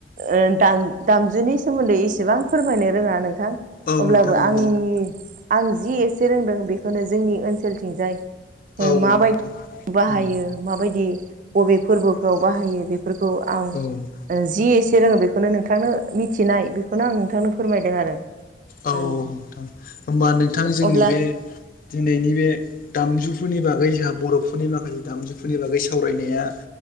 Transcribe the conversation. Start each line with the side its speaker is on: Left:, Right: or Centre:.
Right: ओ दाम दामजुनि सोमोन्दै एसेबां फोरमायनो रोङा नोंथां।
Left: औ
Right: अब्लाबो
Left: नोंथां
Right: आंनि
Left: औ
Right: आं जि एसे रोंदों बेखौनो जोंनि ओनसोलथिंजाय। ओ
Left: औ औ
Right: माबायदि
Left: नोंथां।
Right: बाहायो
Left: उम
Right: माबायदि बबे फोरबोफ्राव बाहायो बेफोरखौ आं
Left: औ औ
Right: जि एसे रोङो बेखौनो नोंथांनो मिथिनाय बेखौनो आं नोंथांनो फोरमायदों आरो
Left: औ
Right: अ
Left: नोंथां होमबा नोंथां जोंनि
Right: अब्ला
Left: बे दिनैनि बे दामजुफोरनि बागै जोंहा बर'फोरनि माखासे दामजुफोरनि बागै सावरायनाया